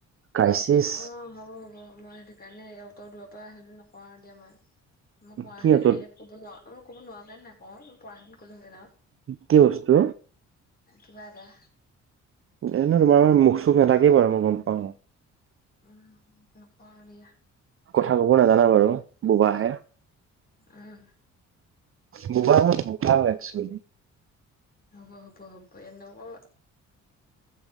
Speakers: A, on the right; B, on the left.
A: ক্ৰাইচিছ
B: অ হ'ব হ'ব মই সেইটো কাৰণে। অটৰ দূৰ পৰা আহিলো নকওঁ দিয়া মই। মই মই
A: কি
B: হোত
A: তত
B: ক'ব নোৱাৰো মই ক'ব নোৱাৰো কাৰণে নাইকওঁ। পৰাহেঁতেন কলোহেতেন আও
A: কি বস্তু
B: কিবা এটা।
A: এনে ন তোমাৰ মানে মুখ চখ নাথাকে বাৰু মই গম পাওঁ।
B: উম নকও দিয়া।
A: কথা কব নাজানা বাৰু বোবাহে।
B: অহ।
A: বোবা হয় বোপা একচলি
B: হ'ব হ'ব হ'ব এনেকুৱা।